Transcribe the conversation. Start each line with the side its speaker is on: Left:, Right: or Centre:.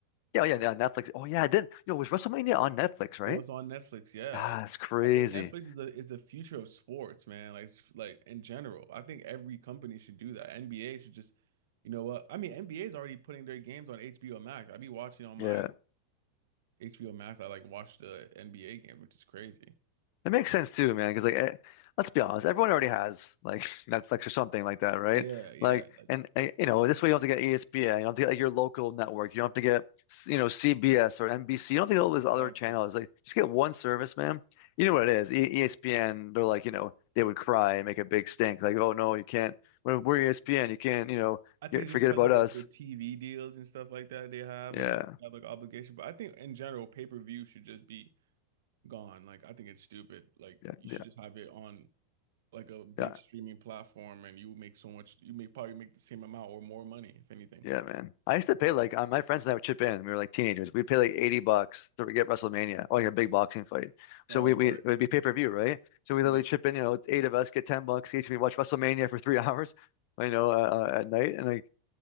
Left: Yeah, oh yeah, yeah. Netflix. Oh yeah, I did. Yo, was WrestleMania on Netflix, right?
Right: It was on Netflix, yeah.
Left: Ah,
Right: Like
Left: it's crazy.
Right: I think Netflix is the is the future of sports, man. Like it's- like in general, I think every company should do that. NBA should just, you know what? I mean, NBA is already putting their games on HBO Max. I be watching on my
Left: Yeah.
Right: HBO Max. I like watch the NBA game, which is crazy.
Left: It makes sense too, man. Because like, eh, let's be honest, everyone already has like <laughs> Netflix or something like that, right?
Right: Yeah, yeah,
Left: Like,
Right: like
Left: and eh, you know, this way you don't have to get ESPN, you don't have to get like your local network, you don't have to get s- you know CBS or NBC, you don't have to get all these other
Right: exactly.
Left: channels. Like, just get one service, man. You know what it is? E ESPN, they're like, you know, they would cry and make a big stink, like, oh no, you can't. We're, we're ESPN, you can't, you know,
Right: I think
Left: get,
Right: it's
Left: forget
Right: just because
Left: about
Right: of
Left: us.
Right: like their TV deals and stuff like that they have
Left: Yeah,
Right: like have like obligation. But I think in general, pay-per-view should just be gone. Like I think it's stupid. Like
Left: yeah,
Right: you
Left: yeah,
Right: should just have it on. like a big
Left: yeah.
Right: streaming platform and you make so much you may probably make the same amount or more money if anything.
Left: Yeah, man. I used to pay like uh, my friends and I would chip in. We were like teenagers. We'd pay like 80 bucks to get WrestleMania, or like a big boxing fight.
Right: Oh,
Left: So we we
Right: right.
Left: it would be pay-per-view, right? So we
Right: Yeah.
Left: literally chip in, you know, eight of us get 10 bucks each. We watch WrestleMania for three <laughs> hours, you know, uh, uh, at night. And like